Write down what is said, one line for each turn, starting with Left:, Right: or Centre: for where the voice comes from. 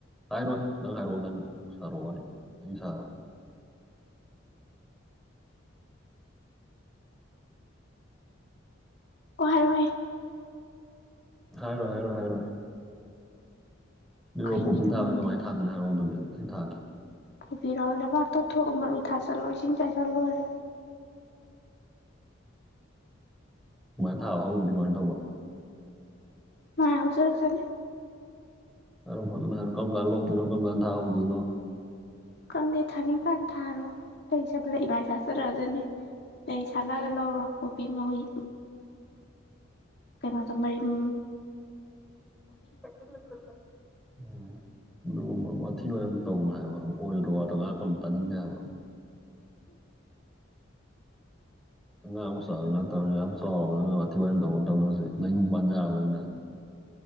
Centre: ꯍꯥꯏꯔꯣꯏ ꯅꯪ ꯍꯥꯏꯔꯛꯑꯣ ꯅꯪ ꯁꯥꯔꯛꯑꯣ ꯋꯥꯅꯤ ꯑꯩ ꯁꯥꯔꯣꯏ
Left: ꯀꯣꯛ ꯍꯥꯏꯔꯛꯑꯣꯍꯦ
Centre: ꯍꯥꯏꯔꯣꯢ ꯍꯥꯏꯔꯣꯢ ꯍꯥꯏꯔꯣꯏ ꯂꯤꯔꯛꯑꯣ
Left: ꯀꯩ
Centre: ꯀꯣꯐꯤ
Left: ꯃꯤꯅꯣ
Centre: ꯊꯥꯕꯁꯦ
Left: ꯈꯪꯗꯦ
Centre: ꯀꯃꯥꯏꯅ ꯊꯥꯗꯣꯏꯅꯣ ꯍꯥꯏꯔꯛꯑꯣ ꯑꯗꯨꯗꯤ ꯑꯩ ꯊꯥꯒꯦ ꯫
Left: ꯀꯣꯐꯤꯔꯣ ꯂꯩꯕꯥꯏ ꯇꯧꯊꯣꯛꯎ ꯃꯔꯨ ꯊꯥꯖꯜꯂꯣ ꯏꯁꯤꯡ ꯆꯥꯏꯁꯤꯜꯂꯣ ꯂꯣꯏꯔꯦ꯫
Centre: ꯑꯗꯨꯃꯥꯏꯅ ꯊꯥꯕ ꯐꯥꯎꯗꯗꯤ ꯀꯃꯥꯏꯅ ꯇꯧꯕ ꯫
Left: ꯃꯥꯏ ꯍꯧꯖꯔꯛꯆꯥꯅꯤ꯫
Centre: ꯍꯥꯏꯔꯛꯑꯣ ꯐꯖꯅ ꯍꯥꯏꯔꯛꯑꯣ ꯀꯔꯝ ꯀꯥꯟ ꯂꯣꯛꯇꯣꯏꯅꯣ ꯀꯔꯝ ꯀꯥꯟ ꯊꯥꯍꯧꯗꯣꯏꯅꯣ ꯫
Left: ꯈꯪꯗꯦ ꯊꯥꯅꯤꯡꯀꯥꯟ ꯊꯥꯔꯣ ꯂꯩ ꯁꯦ ꯂꯩ ꯃꯥꯏ ꯁꯥꯆꯔꯛꯑꯖꯅꯦ ꯫ ꯂꯩ ꯁꯥꯠꯂꯒ ꯂꯧꯔꯣ ꯀꯣꯐꯤ ꯃꯥꯍꯩ ꯀꯩꯅꯣꯗꯣ ꯃꯔꯤꯝ
Centre: <unintelligible> ꯎꯝ ꯑꯗꯨꯒꯨꯝꯕ ꯋꯥꯊꯤ ꯋꯥꯔꯦꯝ ꯇꯧꯅꯨ ꯍꯥꯏꯕ ꯑꯣꯏꯔꯗ ꯋꯥꯗꯣ ꯉꯥꯏꯍꯥꯛꯀꯅꯨ ꯇꯥꯅꯤꯡꯗꯦ ꯍꯥꯏꯕ ꯫ ꯑꯉꯥꯡ ꯃꯆꯥꯁꯨ ꯅꯠꯇꯕꯅꯪꯅ ꯑꯗꯨꯛꯌꯥꯝ ꯆꯥꯎꯔꯕ ꯅꯪꯅ ꯋꯥꯊꯤ ꯋꯥꯝ ꯇꯧꯕ ꯃꯇꯝꯗ ꯍꯧꯖꯤꯛ ꯅꯌꯨꯝ ꯄꯥꯟ ꯌꯥꯔꯕ ꯅꯪꯅ ꯫